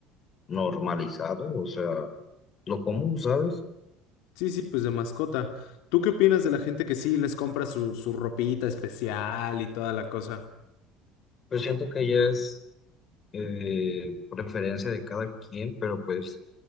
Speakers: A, on the left (about 35°); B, on the left (about 75°).
A: normalizado, o sea, lo común, ¿sabes?
B: Sí, sí, pues de mascota. ¿Tú qué opinas de la gente que sí les compra su, su ropita especial y toda la cosa?
A: Pues siento que ya es eh, preferencia de cada quien, pero pues